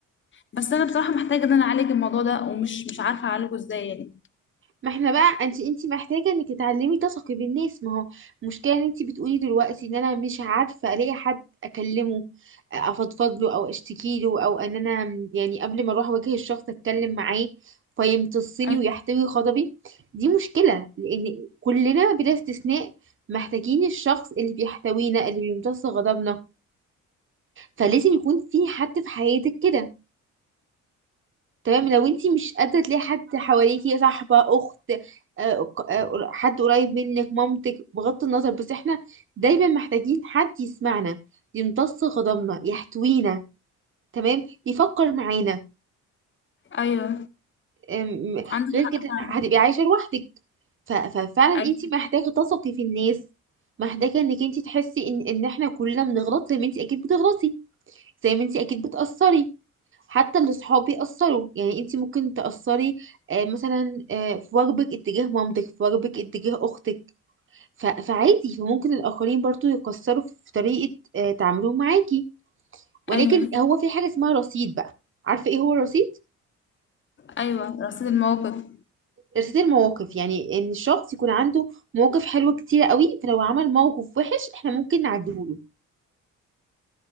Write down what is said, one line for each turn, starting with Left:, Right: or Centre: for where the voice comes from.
Left: بس انا بصراحه محتاجه ان انا اعالج الموضوع ده ومش مش عارفه اعالجه ازاي يعني
Right: ما احنا بقى انت انت محتاجه انك تتعلمي تثقي بالناس ما هو المشكله ان انت بتقولي دلوقتي ان انا مش عارفه الاقي حد اكلمه افضفض له او اشتكي له او ان انا يعني قبل ما اروح اواجه الشخص اتكلم معاه فيمتصني
Left: أي-
Right: ويحتوي غضبي دي مشكله لان كلنا بلا استثناء محتاجين الشخص اللي بيحتوينا اللي بيمتص غضبنا فلازم يكون في حد في حياتك كده تمام لو انتي مش قادرة تلاقي حد حواليكي صاحبة أخت آه، ق- آه، حد قريب منك مامتك بغض النظر بس احنا دايما محتاجين حد يسمعنا يمتص غضبنا يحتوينا تمام يفكر معانا
Left: ايوه
Right: أم،
Left: عندك
Right: غير كده
Left: حق فعلا
Right: هتبقي عايشة لوحدك ف- ففعلا
Left: أي-
Right: انتي محتاجة تثقي في الناس محتاجة انك انتي تحسي ان ان احنا كلنا بنغلط زي ما انتي اكيد بتغلطي زي ما انتي اكيد بتأثري حتى اللي صحابي أثروا يعني انتي ممكن تأثري آه، مثلا آه، في واجبك اتجاه مامتك في واجبك اتجاه أختك ف- فعادي فممكن الآخرين برضو يقصروا في طريقة آه، تعاملهم معاكي ولكن
Left: ايوه
Right: هو في حاجة اسمها رصيد بقى عارفة ايه هو الرصيد؟
Left: ايوه رصيد المواقف
Right: رصيد المواقف يعني ان الشخص يكون عنده مواقف حلوة كتيرة قوي فلو عمل موقف وحش احنا ممكن نعديهوله